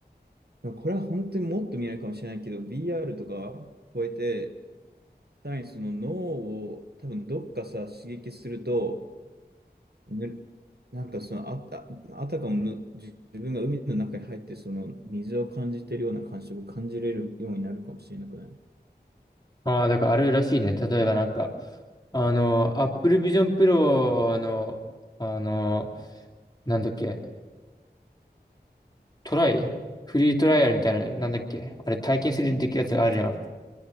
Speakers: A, on the right (about 65°); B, on the left (about 25°).
A: これは本当にもっと未来かもしれないけど、b r とか超えて、さらにその脳を多分どっかさ、刺激すると、ぬなんかそのあた、あたかもぬ自自分が海の中に入って、その水を感じてるような感触を感じれるようになるかもしれなくない
B: ああ、だからあるらしいね。例えばなんか、あの、Apple Vision Pro の、あの、なんだっけ、トライフリートライアルみたいな、なんだっけあれ体験するできるやつあるじゃん。